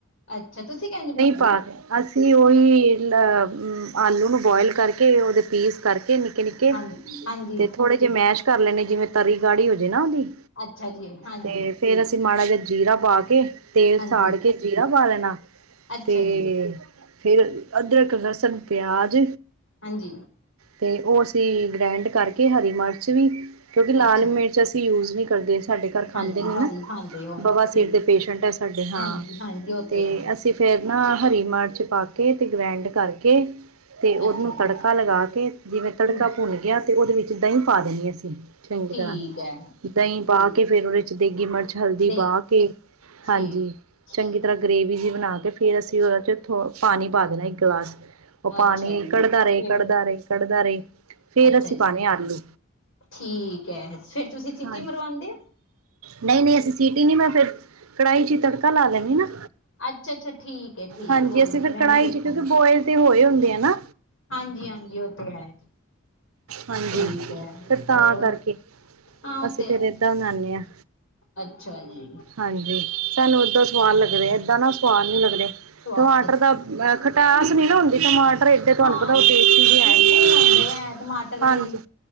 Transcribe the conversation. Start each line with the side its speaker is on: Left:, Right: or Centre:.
Left: ਅੱਛਾ ਤੁਸੀਂ ਕਹ ਬਣਾ
Right: ਪਾ ਕੇ ਅਸੀਂ ਉਹੀ ਅ ਆਲੂ ਨੂੰ ਬੋਇਲ ਕਰਕੇ ਉਹਦੇ ਪੀਸ ਕਰਕੇ ਨਿੱਕੇ ਨਿੱਕੇ
Left: ਹਾਂਜੀ ਹਾਂਜੀ
Right: ਤੇ ਥੋੜੇ ਜਿਹੇ ਮੈਸ਼ ਕਰ ਲੈਣੇ ਜਿਵੇਂ ਤਰੀ ਗਾੜੀ ਹੋ ਜਾੇ ਨਾ ਉਹਦੀ
Left: ਅੱਛਾ ਜੀ ਹਾਂਜੀ
Right: ਤੇ ਫੇਰ ਅਸੀਂ ਮਾੜਾ ਜਿਹਾ ਜੀਰਾ ਪਾ ਕੇ ਤੇਲ
Left: ਹਾਂਜੀ
Right: ਸਾੜ ਕੇ ਜੀਰਾ ਪਾ ਲਣਾ
Left: ਅੱਛਾ
Right: ਤੇ
Left: ਜੀ
Right: ਫੇਰ ਅਦਰਕ ਲਸਣ ਪਿਆਜ
Left: ਹਾਂਜੀ
Right: ਤੇ ਉਹ ਅਸੀਂ ਗ੍ਰੈਂਡ ਕਰਕੇ ਹਰੀ ਮਿਰਚ ਵੀ ਕਿਉਂਕਿ ਲਾਲ
Left: ਅੱਛਾ
Right: ਮਿਰਚ
Left: ਜੀ
Right: ਅਸੀਂ ਯੂਜ ਨਹੀ। ਦੇ ਸਾਡੇ ਘਰ ਖਾਂਦੇ
Left: ਹਾਂਜੀ
Right: ਨੇ
Left: ਹਰੀ
Right: ਨਾ
Left: ਖਾਂਦੇ ਹੋ
Right: ਬਵਾ ਸੀਰ
Left: ਠੀਕ
Right: ਦੇ ਪੇਸ਼ੈਂਟ ਹੈ ਸਾਡੇ ਹਾਂ
Left: ਹਾਂਜੀ ਹਾਂਜੀ ਉਹ
Right: ਤੇ
Left: ਹੈ
Right: ਅਸੀਂ ਫਿਰ ਨਾ ਹਰੀ ਮਿਰਚ ਪਾ ਕੇ ਅਤੇ ਗ੍ਰੈਂਡ ਕਰਕੇ ਤੇ ਉਹਨੂੰ
Left: ਅੱਛਾ ਜੀ
Right: ਤੜਕਾ ਲਗਾ ਕੇ ਜਿਵੇਂ ਤੜਕਾ
Left: ਹਮ
Right: ਭੁੰਨ ਗਿਆ ਤੇ ਉਹਦੇ ਵਿੱਚ ਦਹੀਂ ਪਾ ਦਿੰਣੀ ਅਸੀਂ ਚੰਗੀ
Left: ਠੀਕ
Right: ਤਰ੍ਹਾਂ
Left: ਹੈ।
Right: ਦਹੀਂ ਪਾ
Left: ਠੀਕ
Right: ਕੇ ਫੇਿਰ ਉਹਦੇ ਚ ਦੇਗੀ ਮਿਰਚ ਹਲਦੀ
Left: ਦੇਖ
Right: ਪਾ ਕੇ ਹਾਂਜੀ
Left: ਠੀਕ
Right: ਚੰਗੀ ਤਰ੍ਹਾਂ
Left: ਠੀਕ
Right: ਗ੍ਰਰੇਵੀ ਜਿ ਬਣਾ ਕੇ ਫੇਰ ਅਸੀਂ ਉਹਦਾ ਚ ਥੋ ਪਾਣੀ ਪਾ ਦੇਣਾ ਇੱਕ ਗਲਾਸ ਉਹ ਪਾਣੀ
Left: ਅੱਛਾ ਜੀ
Right: ਕੱਢਦਾ ਰਹੇ
Left: ਫੇਰ
Right: ਕੱਢਦਾ ਰਹੇ ਕੱਢਦਾ ਰਹੇ ਫੇਰ
Left: ਅੱਛਾ
Right: ਅਸੀਂ
Left: ਜੀ
Right: ਪਾਉਣੇ ਆਲੂ
Left: ਠੀਕ ਹੈ ਫਿਰ ਤੁਸੀਂ ਸਿਟੀ
Right: ਹਾਂ
Left: ਮਰਵਾਉਂਦੇ ਹੋ?
Right: ਨਹੀਂ ਨਹੀਂ ਅਸੀਂ ਸੀਟੀ ਨ ਮੈਂ ਫੇਿਰ ਕੜਾਹੀ ਚ ਹੀ ਤੜਕਾ ਲਾ ਲੈਣੀ ਨਾ
Left: ਅੱਛਾ ਅੱਛਾ ਠੀਕ ਹੈ ਠੀਕ
Right: ਹਾਂਜੀ
Left: ਕੋਈ
Right: ਅਸੀਂ
Left: ਨੀ
Right: ਫਿਰ
Left: ਮੈਂ
Right: ਕੜਾਹੀ
Left: ਵੀ ਵੇਖਾਂਗੀ।
Right: 'ਚ ਕਿਉਂਕਿ ਬੋਇਲ ਤੇ ਹੋਏ ਹੁੰਦੇ ਆ ਨਾ
Left: ਹਾਂਜੀ ਹਾਂਜੀ ਉਹ ਤੇ ਹੈ।
Right: ਹਾਂਜੀ
Left: ਠੀਕ ਹੈ
Right: ਫ ਤਾਂ
Left: ਹੋਰ
Right: ਕਰਕੇ
Left: ਹਾਂ ਉਹ
Right: ਅਸੀਂ
Left: ਤੇ
Right: ਫੇਰ ਏਦਾਂ ਬਨਾਉਦੇ ਹਾਂ
Left: ਅੱਛਾ ਜੀ।
Right: ਹਾਂਜੀ ਸਾਨੂੰ ਏਦਾਂ ਸਵਾਦ ਲੱਗਦਾ ਏਦਾਂ ਨਾ ਸਵਾਦ ਨਹੀਂ ਲੱਗਦੇ
Left: ਸਵਾਦ
Right: ਟਮਾਟਰ
Left: ਅੱਛਾ
Right: ਦਾ ਖਟਾਸ ਨੀ ਨਾ ਹੁੰਦੀ ਟਮਾਟਰ ਡੇ ਤੁਹਾਨੂੰ
Left: ਹਾਂ
Right: ਪਤਾ ਉਹ ਦੇਸੀ ਦੇ ਹੈਗੇ
Left: ਮਿੱਠੇ ਹੀ ਹੁੰਦੇ ਹੈ ਟਮਾਟਰ
Right: ਹਾਂਜੀ
Left: ਵੀ